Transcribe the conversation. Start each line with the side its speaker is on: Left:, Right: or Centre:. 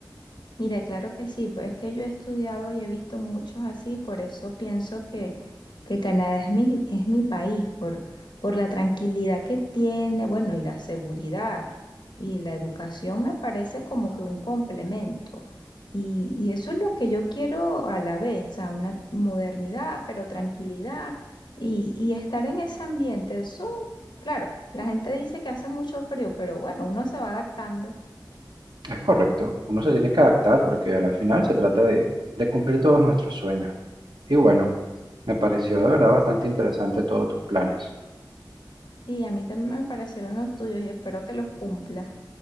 Left: Mira, claro que sí, pues es que yo he estudiado y he visto muchos así, por eso pienso que, que Canadá es mi, es mi país, por, por la tranquilidad que tiene, bueno, y la seguridad y la educación me parece como que un complemento. Y, y eso es lo que yo quiero a la vez, o sea, una modernidad, pero tranquilidad y, y estar en ese ambiente. Eso, claro, la gente dice que hace mucho frío, pero bueno, uno se va adaptando.
Right: Es correcto, uno se tiene que adaptar porque a la final se trata de, de cumplir todos nuestros sueños. Y bueno, me pareció de verdad bastante interesante todos tus planes.
Left: Sí, a mí también me parecieron los tuyos y espero que los cumpla.